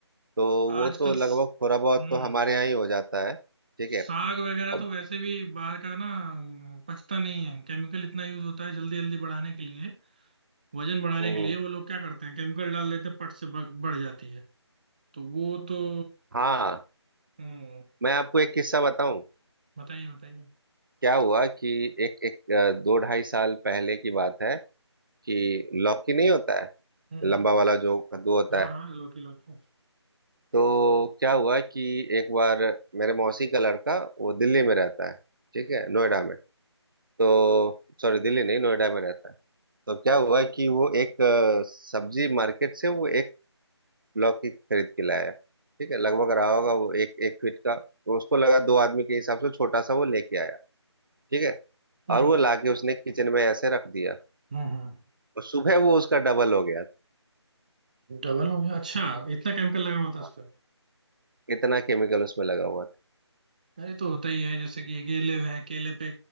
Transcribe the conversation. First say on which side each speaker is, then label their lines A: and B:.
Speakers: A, on the right; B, on the right.
A: तो वो
B: आजकल
A: तो
B: स-
A: लगभग थोड़ा बहुत
B: हम्म
A: तो हमारे यहाँ ही हो जाता है ठीक
B: साग
A: है
B: वगैरह
A: अब
B: तो वैसे भी बाहर का ना हम्म, पचता नहीं है केमिकल इतना यूज होता है जल्दी जल्दी बढ़ाने के लिए वजन बढ़ाने
A: हम्म,
B: के लिए वो लोग क्या करते हैं केमिकल डाल देते हैं पट से ब- बढ़ जाती है तो वो तो
A: हाँ
B: हम्म
A: मैं आपको एक किस्सा बताऊं
B: बताइए बताइए
A: क्या हुआ कि एक एक अ, दो ढाई साल पहले की बात है कि लौकी नहीं होता है
B: हम्म हम्म,
A: लंबा वाला जो कद्दू होता
B: हाँ
A: है
B: हाँ लौकी लौकी
A: तो क्या हुआ कि एक बार मेरे मौसी का लड़का वो दिल्ली में रहता है ठीक है नोएडा में तो सॉरी दिल्ली नहीं नोएडा में रहता है तो क्या हुआ कि वो एक अ, सब्जी मार्केट से वो एक लौकी खरीद के लाया ठीक है लगभग रहा होगा वो एक एक फीट का तो उसको लगा दो आदमी के हिसाब से छोटा सा वो लेके आया ठीक है
B: हम्म
A: और वो लाके उसने किचन में ऐसे रख दिया
B: हम्म हम्म,
A: तो सुबह वो उसका डबल हो गया
B: डबल हो गया अच्छा इतना केमिकल लगा हुआ था उस
A: था
B: पे
A: इतना केमिकल उसमें लगा हुआ था
B: अरे तो होता ही है जैसे कि केले हैं केले पे